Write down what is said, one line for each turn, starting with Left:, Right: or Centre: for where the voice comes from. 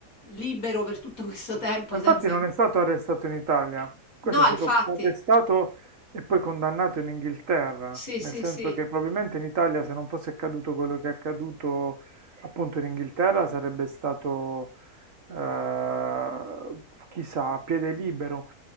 Left: libero per tutto questo tempo
Right: Ma Infatti
Left: senza...
Right: non è stato arrestato in Italia, questo
Left: No,
Right: è stato
Left: infatti.
Right: arrestato e poi condannato in Inghilterra,
Left: Sì,
Right: nel
Left: sì,
Right: senso
Left: sì,
Right: che probabilmente in Italia se non fosse accaduto quello che è accaduto appunto in Inghilterra sarebbe stato, eh, chissà, a piede libero.